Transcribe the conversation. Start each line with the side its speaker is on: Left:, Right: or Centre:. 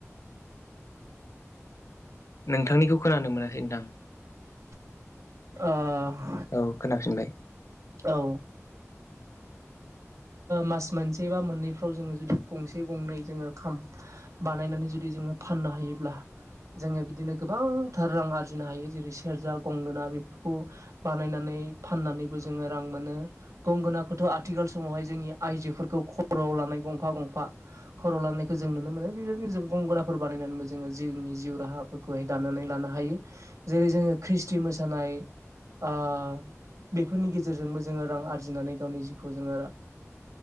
Left: नोंथांनिखौ खोनानो मोनासै नोंथां।
Right: <inaudible> अ
Left: औ खोनाफिनबाय।
Right: औ
Left: <inaudible>
Right: मास मोनसे बा मोननैफ्राव जोङो जुदि गंसे गंनै जोंङो खाम बानायनानै जुदि जोंङो फाननो हायोब्ला। जोङो बिदिनो गोबांथार रां आरजिनो हायो जेरै सेरजा गंगोना बेफोरखौ बानायनानै फाननानै जोंबो जों रां मोनो गंगोनाखौथ आथिखाल समावहाय जोंनि आइजोफोरखौ खर'आव लानाय गंफा गंफा खर' लानायखौ जों नुनो मोनो बेबायदिनो जों गंगनाफोर बानायनानैबो जोंङो जिउनि जिउ राहाफोरखौहाय दानानै लानो हायो जेरै जोंङो ख्रिष्टि मोसानाय आ बेफोरनि गेजेरजोंबो जोंङो रां आरजिनानै गावनि जिउखौ जोंङो